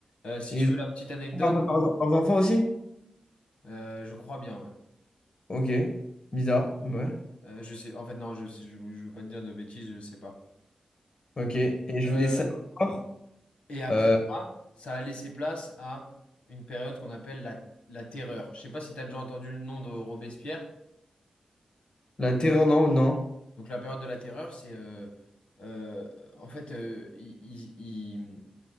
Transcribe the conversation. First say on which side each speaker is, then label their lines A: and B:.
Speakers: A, on the left (about 80°); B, on the left (about 45°).
A: Euh, si
B: Et
A: tu
B: ils
A: veux la petite anecdote,
B: ont leurs, leurs- leurs enfants aussi?
A: euh, je crois bien, ouais.
B: Ok. Bizarre, ouais.
A: Euh, je sais, en fait, non, je sais, je, je veux pas te dire de bêtises, je sais pas.
B: Ok. Et je
A: Euh,
B: voulais savoir.
A: et après
B: euh,
A: ça, ça a laissé place à une période qu'on appelle la, la terreur. Je sais pas si tu as déjà entendu le nom de Robespierre.
B: La terreur, non, non.
A: Donc la période de la terreur, c'est euh, euh, en fait euh, ils, ils- ils-